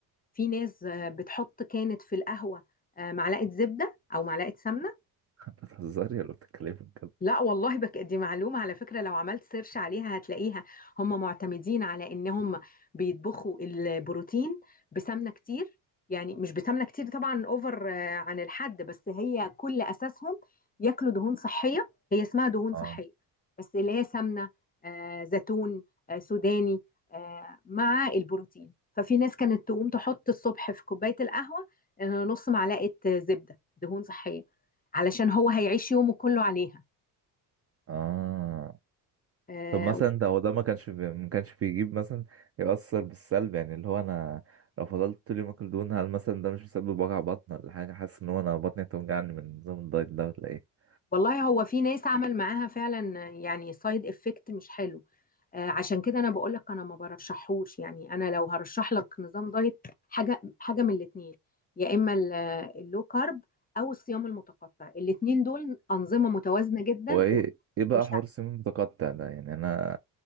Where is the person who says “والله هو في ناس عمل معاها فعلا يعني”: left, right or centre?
Left